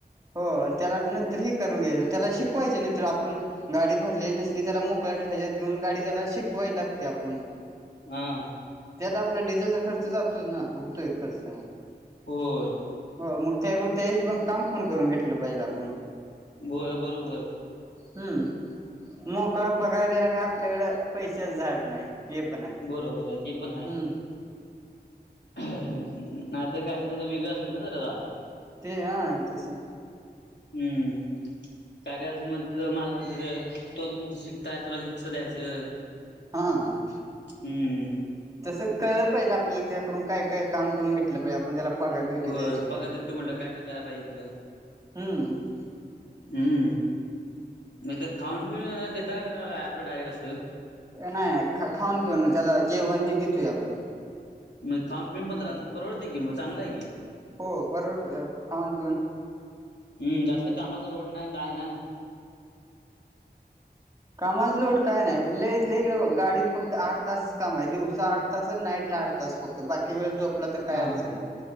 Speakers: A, on the right; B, on the left.
A: हो त्याला नंतर हे करून घ्यायचं त्याला शिकवायचं नंतर आपण गाडी भरलेली नसली त्याला मोकळात ह्याच्यात घेऊन गाडी त्याला शिकवाय लागतया आपुण.
B: हा.
A: त्यात आपला डिझेलचा खर्च जातो ना होतोय खर्चा.
B: होय.
A: हो मग त्याकडून त्या हिशोबाने काम पण करून घेतलं पाहिजे आपण.
B: बोय बरोबर
A: हम्म मोकळा पगार द्यायला काय आपल्याकडे पैशाचा झाड नाही हे पण आहे.
B: बरोबर आहे ते पण आहे
A: हम्म.
B: नाही तर काय कायचा तो वेगळं असते ना जरा.
A: ते ह तसं.
B: हम्म. काही काही जन म्हणत्यात मालक म्हणत्यात तो अजून शिकताय तला हे कसं द्यायचं?
A: हा
B: हम्म
A: तस कळलं पाहिजे आपल्याला त्याकडून. काही काही काम करून घेतलं पाये आपण त्याला पगार देतोय
B: हो
A: त्या हिशोबाने.
B: पगार देतू म्हणलं काय काय करायला पाहिजे त्यालं.
A: हम्म
B: उम्म म तर खाऊन पिऊन देत का काय आपलं डायरेक्ट असं
A: नाही खाऊन पिऊन नाही त्याला जेवण हे देतोय आपण
B: मग खाऊन पिऊन पंधरा हजार परवडते की मग चांगला आहे की.
A: हो परवडते खाऊन पिऊन.
B: हम्म जास्त कामाचा लोड नाही काय नाय.
A: कामाज लोड काय नाय लय लंय हेकडे बघ गाडीत फक्त आठ तासच काम आहे दिवसा आठ तास आणि नाईटला आठ तास फक्त. तर बाकी वेळ झोपला तर काय
B: हा
A: अडचण नाय